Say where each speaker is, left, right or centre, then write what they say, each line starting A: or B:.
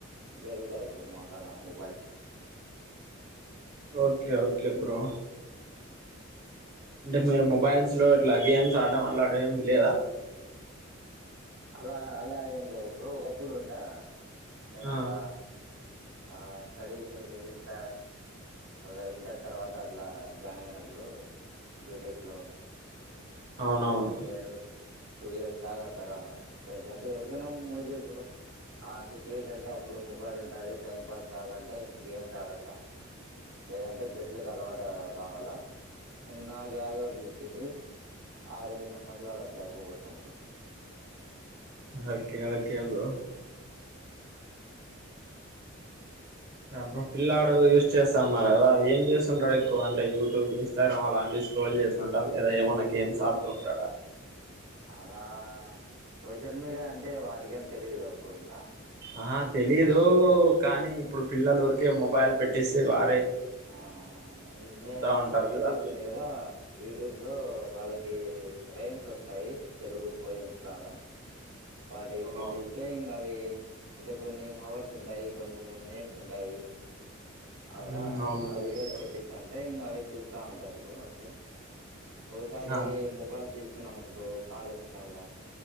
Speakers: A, on the right; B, on the right.
A: జరుగు. వస్తాడు బ్రో మగాడ. అందరూ.
B: Okay okay bro. బ్రో
A: ఆ
B: అంటే మీరు మొబైల్స్ లో. అట్లా గేమ్స్ ఆడడం అట్లాటివి ఏమి లేదా.
A: అలా అలా ఏం లేదు బ్రో. ఒకప్పుడు ఉండే, నేను
B: ఆ
A: ఓగా. ఆ స్టడీస్ మిడిల్. స్ట ఒక ఇంటర్ తర్వాత అట్లా. జాయిన్ అయినప్పుడు బీటెక్లో,
B: అవునవును
A: ఓ వన్ ఇయర్ రు. టూ ఇయర్స్ దాగా అట్లా. పెద్ద అంటే ఎవరికైనా. మో బ్రో ఆ సిచ్యువేషన్ లో అప్పుడు మొబైల్ ఉంటుంది. టైం పాస్ కావాలంటే. గేమ్స్ ఆడాలా లేదంటే. బెట్లకు అలవాటు కావాలా, ఇంక నాకు ఏదో ఒకటి చిక్కింది. ఆ రెండు సంవత్సరాలు. అట్లయిపో గొట్టిన బ్రో,
B: ఓకే ఓకే బ్రో. ఆ బ్రో పిల్లాడు ఏ స్కూల్, చెస్ అన్నారు కదా ఏం చేస్తుంటడు. ఎక్కువ అంటే యూ. YouTube Instagram. అలాంటి స్క్రోల్ చేస్తు ఉంటారు. లేదా ఏమన్నా గేమ్స్ ఆడుతూ ఉంటాడా.
A: అలా సోషల్ మీడియా. అంటే వాటికేం తెలియదు కదా బ్రో ఇంగా.
B: అహ తెలియదు కానీ. ఇప్పుడు పిల్లలఊరికే
A: ఆ
B: మొబైల్ పెట్టేసి, సవ
A: ఆ అంటే
B: ఉంటారు
A: యూట్యూబ్
B: కదా
A: ఉంది. కదా యూట్యూబ్ లో వాళ్ళకి, ఎరైమ్స్ వస్తాయి. తెలుగు పోయెమ్స్ లాగా, వాటివి
B: అవునవును
A: పెట్టిస్తే
B: బ్రో
A: ఇంగా అవి. అంటే కొన్ని హావర్స్. ఉంటాయి కొన్ని మినిట్స్ ఉంటాయి, కదా
B: ఉమ్ అవును
A: ఆ వీడియోస్
B: బ్రో
A: పెట్టేస్త అంటే ఇంకా అవి. చూస్తా ఉంటారు బ్రో అట్లే. ఒసారి
B: ఆ
A: మొబైల్ తీసు. తీసుకున్నావ్ అనుకో. కాల్ వచ్చినా కూడా